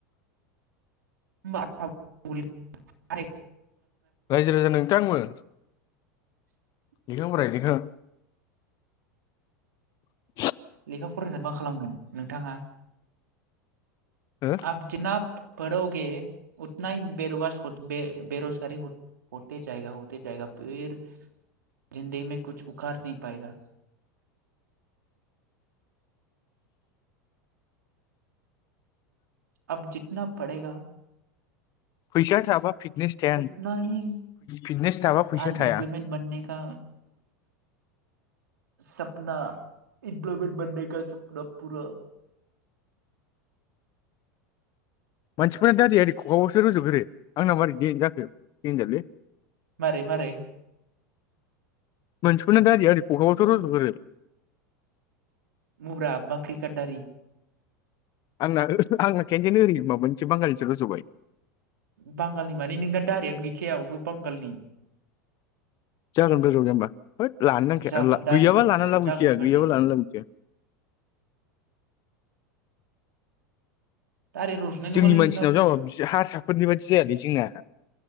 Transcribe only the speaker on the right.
<unintelligible>
<inaudible>
लेखा फरायनानै मा खालामगोन नोंथाङा
आब जोनाब पोरोगे उथना हि बेेर <unintelligible> खथ बे बेरस हते जायग हते जायगा फिर जन्दोगि में फिर कुछ उखार नहि पायगा ओब जितना पडेगा
उतना ही
अनएम्प्लॉयमेंट
बनने का सपना इमप्लइमेन्ट बननेका सपना पुरा
मारै मारै
मब्रा बाख्रिकादारि
बांगालनि माने नों दा दारियानो गैखायाबो अबे बांगालनि
जागोन दारि
रज'खायाबा
जागोन
होनबा
जायो
दारि रज'नाय नङालै
नोंना